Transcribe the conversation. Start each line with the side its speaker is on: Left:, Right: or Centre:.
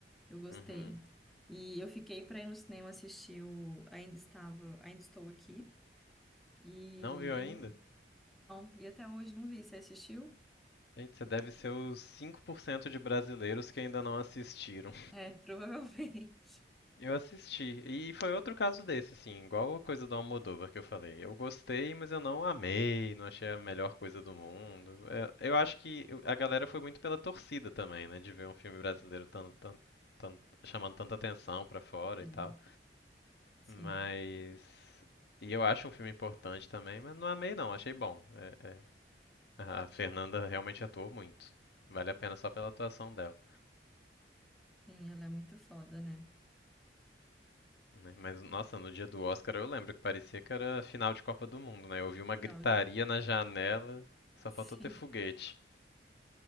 Centre: Eu gostei.
Left: uhum.
Centre: E eu fiquei para ir no cinema assistir o Ainda Estava, Ainda Estou Aqui. E,
Left: Não viu ainda?
Centre: e não, não, e até hoje não vi. Você assistiu?
Left: Gente, você deve ser os 5% de brasileiros que ainda não assistiram.
Centre: É, <laughs> provavelmente.
Left: Eu assisti. E foi outro caso desse, assim, igual a coisa do Almodóvar que eu falei. Eu gostei, mas eu não amei, não achei a melhor coisa do mundo. É, Eu acho que a galera foi muito pela torcida também, né? De ver um filme brasileiro tan- tan- tan- chamando tanta atenção pra fora
Centre: Sim,
Left: e tal.
Centre: sim.
Left: Mas. E é importante. Mas não amei, não, achei bom. É- é. A Fernanda realmente atuou muito. Vale a pena só pela atuação dela.
Centre: Sim, ela é muito foda, né?
Left: né? Mas, nossa, no dia do Oscar eu lembro que parecia que era final de Copa do Mundo, né? Eu ouvi uma
Centre: Não,
Left: gritaria na janela, só
Centre: sim,
Left: faltou ter foguete.